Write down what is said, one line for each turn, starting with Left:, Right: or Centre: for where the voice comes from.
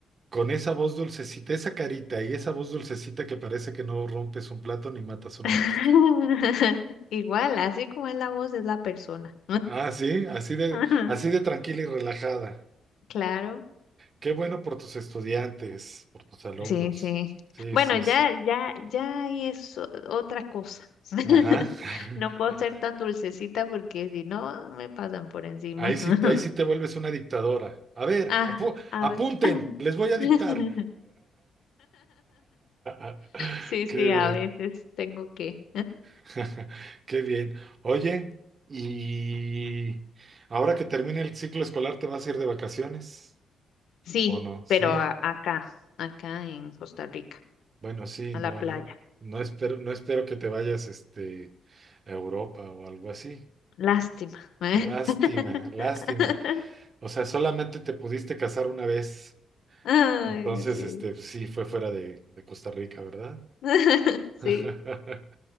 Right: Con esa voz dulcecita, esa carita y esa voz dulcecita que parece que no rompes un plato ni matas una
Left: <laughs>
Right: mosca.
Left: Igual, así como es la voz, es la persona.
Right: Ah, sí, así de,
Left: <laughs>
Right: así de tranquila y relajada.
Left: Claro,
Right: Qué bueno por tus estudiantes, por tus alumnos.
Left: sí, sí.
Right: Sí,
Left: Bueno,
Right: sí,
Left: ya,
Right: sí.
Left: ya, ya ahí es o- otra cosa. <laughs>
Right: Ajá. <laughs>
Left: No puedo ser tan dulcecita porque si no, me pasan por encima.
Right: Ahí sí,
Left: <laughs>
Right: ahí sí te vuelves una dictadora. A ver,
Left: Ah,
Right: apu-
Left: a
Right: apunten,
Left: ver.
Right: les voy a
Left: <laughs>
Right: dictar. <laughs>
Left: Sí,
Right: Qué
Left: sí,
Right: bien,
Left: a veces tengo que.
Right: <laughs> qué bien. Oye, y ahora que termine el ciclo escolar, ¿te vas a ir de vacaciones?
Left: Sí,
Right: ¿O no? Sí,
Left: pero
Right: eh.
Left: a- acá, acá en Costa Rica.
Right: bueno, sí,
Left: a
Right: no,
Left: la playa.
Right: no, no espero, no espero que te vayas, este, a Europa o algo así.
Left: Lástima. ¿eh?
Right: Lástima,
Left: <laughs>
Right: lástima. O sea, solamente te pudiste casar una vez.
Left: Ay,
Right: Entonces,
Left: sí.
Right: este, pues, sí, fue fuera de, de Costa Rica, ¿verdad?
Left: <laughs> Sí,
Right: <laughs>